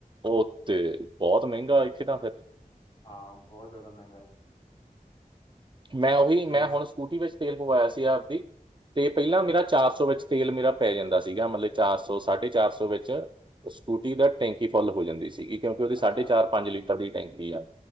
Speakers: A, on the right; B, on the left.
A: ਉਹ ਤੇ ਬਹੁਤ ਮਹਿੰਗਾ ਇਥੇ ਤਾਂ ਫਿਰ
B: ਹਾਂ ਬਹੁਤ ਜ਼ਿਆਦਾ ਮਹਿੰਗਾ ਹੈ
A: ਮੈਂ ਉਹੀ
B: ਤੇਜ਼
A: ਮੈਂ ਹੁਣ ਸਕੂਟੀ ਵਿੱਚ ਤੇਲ ਪਵਾਇਆ ਸੀ ਆਪਦੀ ਤੇ ਪਹਿਲਾਂ ਮੇਰਾ ਚਾਰ ਸੌ ਵਿੱਚ ਤੇਲ ਮੇਰਾ ਪੈ ਜਾਂਦਾ ਸੀਗਾ ਮਤਲਬ ਚਾਰ ਸੌ ਸਾਢੇ ਚਾਰ ਸੌ ਵਿੱਚ ਸਕੂਟੀ ਦਾ ਟੈਂਕੀ ਫੁੱਲ ਹੋ ਜਾਂਦੀ ਸੀਗੀ ਕਿਉਂਕਿ ਉਹਦੀ ਸਾਢੇ
B: ਅੱਛਾ
A: ਚਾਰ ਪੰਜ ਲੀਟਰ ਦੀ ਟੈਂਕੀ ਆ